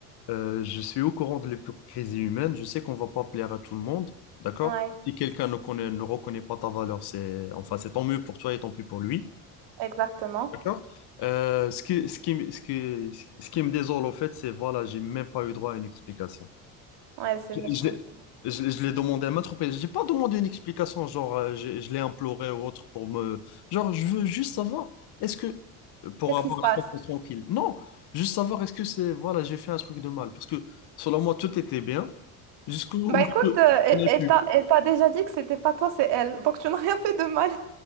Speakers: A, on the left (about 60°); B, on the right (about 65°).
A: euh, je suis au courant de l'hypocrisie humaine. Je sais qu'on va pas plaire à tout le monde, d'accord?
B: Ouais,
A: Si quelqu'un ne connaît, ne reconnaît pas ta valeur, c'est enfin c'est tant mieux pour toi et tant pis pour lui.
B: exactement.
A: D'accord? Euh, ce qui, ce qui, ce qui, ce qui me désole, au fait, c'est voilà, j'ai même pas eu droit à une explication.
B: Ouais, c'est
A: Je,
B: méchant.
A: je l'ai
B: ça.
A: je- je l'ai demandé à maintes reprises. J'ai pas demandé une explication, genre, euh, je, je l'ai imploré ou autre pour me. Genre, je veux juste savoir, est-ce que. Pour
B: Qu'est-ce
A: avoir
B: qui se passe?
A: la conscience tranquille. Non, juste savoir, est-ce que c'est. Voilà, j'ai fait un truc de mal. Parce que, selon moi, tout était bien, jusqu'où
B: Bah écoute,
A: <laughs> je
B: euh, elle
A: n'ai
B: elle
A: pu.
B: t'a elle t'a déjà dit que c'était pas toi, c'est elle. Donc tu n'as rien fait de mal.